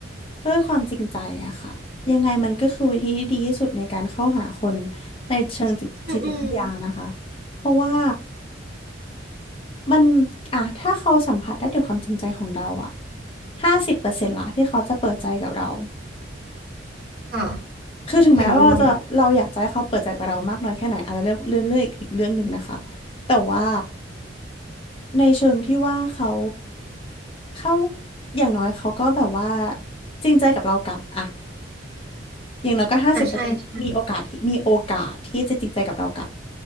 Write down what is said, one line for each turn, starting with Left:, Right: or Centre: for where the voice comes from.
Left: ด้วยความจริงใจอะค่ะยังไงมันก็คือวิธีที่ดีที่สุดในการเข้าหาคนในเชิงจิตจิตวิทยานะคะ
Right: อืมอืม
Left: เพราะว่ามันอ่ะถ้าเขาสัมผัสได้ถึงความจริงใจของเราอะห้าสิบเปอร์เซ็นต์ละที่เขาจะเปิดใจกับเรา
Right: ค่ะ
Left: คือถึงแม้ว่าเราจะ
Right: เห็นด้วย
Left: เราอยากจะให้เขาเปิดใจกับเรามากน้อยแค่ไหนอาจจะเรื่องเรื่องเรื่องอีกอีกเรื่องหนึ่งนะคะแต่ว่า ในเชิงที่ว่าเขาเขาอย่างน้อยเขาก็แบบว่าจริงใจกับเรากลับอะอย่างน้อยก็ห้าสิบเปอร์เซ็นต์มีโอกาสที่มีโอกาสที่จะจริงใจกับเรากลับ
Right: อ่าใช่ใช่